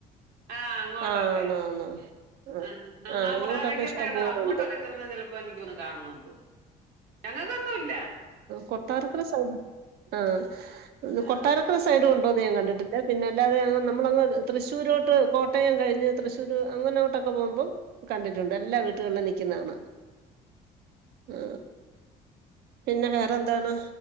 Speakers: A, on the right (about 90°); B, on the right (about 70°).
A: ആ അങ്ങോട്ടൊക്കെയ
B: ആഹ് ആന്ന് ആന്ന് ആഹ്
A: ആ അങ്ങാ
B: ആഹ് അങ്ങോട്ടൊക്കെ
A: <inaudible>
B: ഇഷ്ടം
A: സൈഡോ
B: പോലുണ്ട്
A: അങ്ങോട്ടൊക്കെ ചെന്നാ ചിലപ്പോ എനക്ക്ൊന്ന് കാണുവാൻ തോന്നും ഞങ്ങൾ കൊന്നുഇൽ
B: കൊട്ടാരക്കര സൈഡ് ആ
A: ആഹ്
B: കൊട്ടാരക്കര സൈഡും ഉണ്ട് പോകുന്നെ ഞൻ കണ്ടിട്ടില്ല പിന്നല്ലാതെ ഞൻ അല്ലാതെ നമ്മളങ് തൃശൂരോട്ട് കോട്ടയം കഴിഞ്ഞ് തൃശൂർ അങ്ങനോട്ടൊ പോകുമ്പോ കണ്ടിട്ടുണ്ട് എല്ലാ വീട്ടുകളിലും നിക്കുന്നതാണ്
A: അ
B: ആ പിന്നെ വേറെന്താണ്